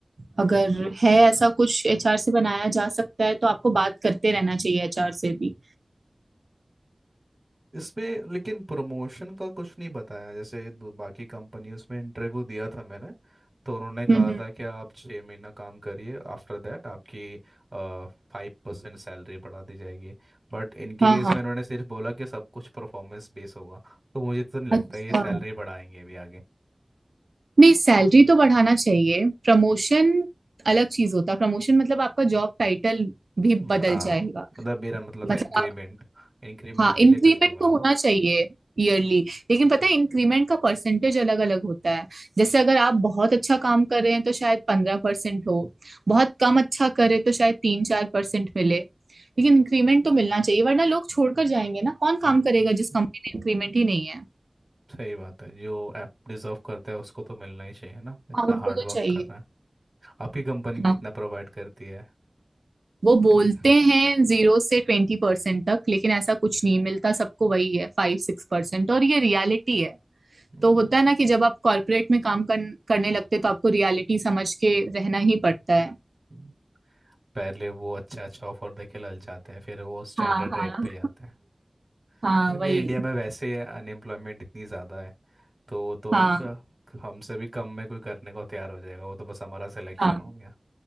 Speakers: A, on the right; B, on the right.
A: अगर है ऐसा
B: हम्म।
A: कुछ एचआर से बनाया जा सकता है तो आपको बात करते रहना चाहिए एचआर से भी
B: इसमें लेकिन प्रमोशन का कुछ नहीं बताया जैसे दू- बाकी कंपनियों में इंटरव्यू दिया था मैंने तो उन्होंने कहा
A: हम्म हम्म,
B: था कि आप छः महीना काम करिए आफ्टर दैट आपकी फाइव परसेंट सैलरी बढ़ा दी जाएगी बट इनके
A: हाँ
B: केस
A: हाँ
B: में उन्होंने सिर्फ बोला कि सब कुछ परफॉर्मेंस बेस होगा तो मुझे तो नहीं लगता
A: अच्छा
B: ये सैलरी बढ़ाएंगे अभी आगे
A: नहीं सैलरी तो बढ़ाना चाहिए प्रमोशन अलग चीज होता है प्रमोशन मतलब आपका जॉब टाइटल भी
B: हम्म,
A: बदल
B: आ,
A: जाएगा
B: मतलब मेरा मतलब था
A: मतलब
B: इंक्रीमेंट इंक्रीमेंट
A: हाँ
B: के
A: इंक्रीमेंट
B: लिए कुछ नहीं बोला
A: तो होना चाहिए ईयरली लेकिन पता है इंक्रीमेंट का परसेंटेज अलग अलग होता है जैसे अगर आप बहुत अच्छा काम कर रहे हैं तो शायद पंद्रह परसेंट हो बहुत कम अच्छा करे तो शायद तीन चार परसेंट मिले लेकिन इंक्रीमेंट तो मिलना चाहिए वरना लोग छोड़कर जाएंगे ना कौन
B: हम्म
A: काम करेगा जिस कंपनी में इंक्रीमेंट ही नहीं है
B: सही बात है जो ऐप डिजर्व करता है उसको तो मिलना ही चाहिए ना इतना
A: हाँ उनको
B: हार्ड
A: तो
B: वर्क
A: चाहिए
B: कर रहा है आपकी कंपनी
A: हाँ
B: कितना प्रोवाइड करती है
A: वो बोलते
B: मैंने कहा,
A: हैं जीरो से ट्वेंटी परसेंट तक लेकिन ऐसा कुछ नहीं मिलता सबको वही है फाइव सिक्स परसेंट और ये रियलिटी है
B: "हम्म,
A: तो होता है ना कि जब आप कॉर्पोरेट में काम कर, करने लगते हो, तो आपको रियलिटी समझ के रहना ही पड़ता है
B: हम्म." पहले वो अच्छा अच्छा ऑफर देके ललचाते हैं फिर वो स्टैंडर्ड
A: हाँ हाँ
B: रेट पे ही आते हैं
A: हाँ
B: क्योंकि
A: वही
B: इंडिया में वैसे ही अनएम्प्लॉयमेंट इतनी ज़्यादा है तो वो तो
A: हाँ
B: क- हमसे भी कम में कोई करने को तैयार हो जाएगा वो तो बस हमारा सिलेक्शन
A: हाँ
B: हो गया